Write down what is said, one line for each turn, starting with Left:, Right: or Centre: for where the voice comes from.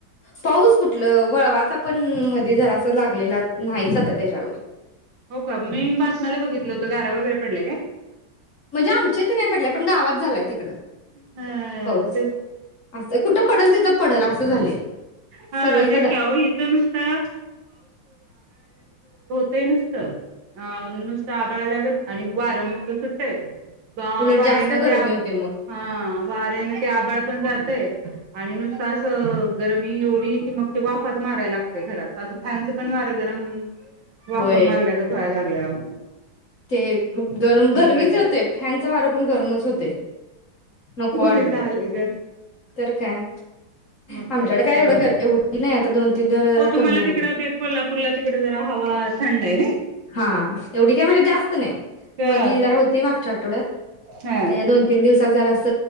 Left: पाऊस कुठलं वळवाचा पण मधी जरास लागलेला. नाहीच आता तेज्यावरं.
Right: हो का मी बातम्याला बघितलं होतं गारा वगैरे पडल्या काय?
Left: म्हणजे आमच्या इथ नाही पडल्या पण गावात झालाय तिकड
Right: हा
Left: पाऊस
Right: तेच
Left: असं कुठं पडल तिथं पडल असं झालंय
Right: हा
Left: सगळीकडं
Right: तेच
Left: --
Right: की अहो इथं नुसतं ते नुस त -- अ नुसत आभाळ आल्यागत आणि वारं नुसतं सुटतय वाऱ्यांन
Left: उलट जास्त गरमी
Right: ते आब
Left: होते मग
Right: हा वाऱ्यान ते आबाळ पण जातय आणि नुसत असं -- गरमी एवढी की मग ते वाफाच माराय लागतय घरात असं फॅनचं पण वारं गरम -- वाफ
Left: होय
Right: -- मारल्यागत व्हाय लाग -- <inaudible>
Left: ते गरम गरमीच
Right: पडल्या
Left: होते फॅनच वारं पण गरमच होतय नको वाटतयं
Right: ते झालंय ग.
Left: तर काय
Right: मग
Left: आमच्याकडे
Right: तर
Left: काय एवढं एवढी नाय आता दोन तीन दिवस जरा
Right: हो तुम्हाला
Left: कमी आल्या.
Right: तिकडं ते कोल्हापूरला तिकडे जरा हवा थंड आहे ना
Left: हा तेवढी काय म्हणजे तसं नाही.
Right: हा
Left: मधी जरा होती मागच्या आ -- ठवड्यात.
Right: हा
Left: आता या दोन तीन दिवस आता जरास